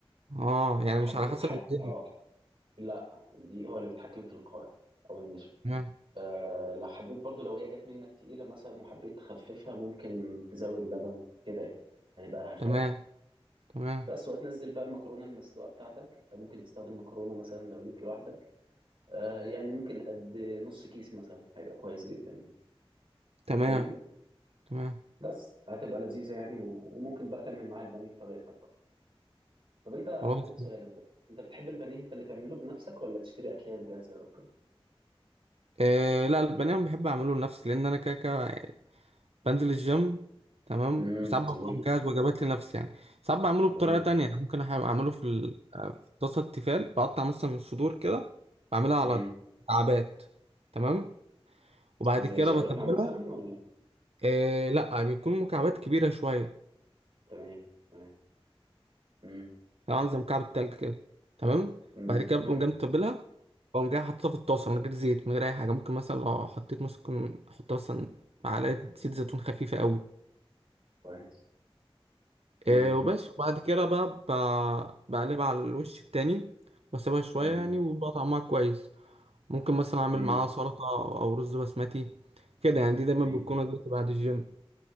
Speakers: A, on the right; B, on the right.
A: اه يعني
B: حب
A: مش على حسب
B: حب
A: الدنيا
B: اه لا الدقيق هو اللي بيتحكم في القوام او النشا
A: تمام
B: آه لو حبيت برضو لو هي جت منك تقيله مثلا وحبيت تخففها ممكن تزود لبن كده يعني هيبقى اخف
A: تمام تمام
B: بس وتنزل بقى المكرونه المسلوقه بتاعتك ممكن تستخدم مكرونه مثلا لو ليك لوحدك آه يعني ممكن قد نص كيس مثلا هيبقى كويس جدا يعني
A: تمام
B: فاهمني
A: تمام
B: بس هتبقى لذيذة يعني و- وممكن بقى تعمل معاها البانيه بطريقتك بقى طب انت انا
A: خلاص
B: عندي سؤال انت انت بتحب البانيه انت اللي تعمله بنفسك ولا تشتري اكياس جاهزة او كده
A: آه لا البنان بحب اعمله لنفسي لان انا كده كده بنزل الجيم تمام
B: امم
A: وساعات ببقى
B: جميل
A: مجهز وجبات لنفسي يعني ساعات بعمله
B: جميل
A: بطريقة تانية يعني ممكن أح- اعمله في ال- آه، في طاسة التيفال بقطع مثلا الصدور كده بعملها على
B: امم
A: مكعبات تمام وبعد
B: زي
A: كده
B: شاورما
A: بتبلها
B: مثلا ولا
A: آه لا بيكون مكعبات كبيرة شوية
B: تمام تمام امم
A: تبقى عامله زي مكعب التلج كده تمام
B: امم
A: بعد كده بقوم
B: امم
A: جاي متبلها بقوم جاي حاططها في الطاسه من غير زيت من غير اي حاجه ممكن مثلا لو حطيت ممكن احط مثلا معلقه زيت زيتون خفيفه قوي
B: كويس امم
A: إيه وبس وبعد كده بقى ب- بقلبها على الوش التاني واسيبها شويه
B: امم
A: يعني وبقى طعمها كويس ممكن مثلا اعمل
B: امم
A: معاها سلطه او رز بسمتي كده يعني دي دايما
B: امم
A: بتكون وجبتي بعد الجيم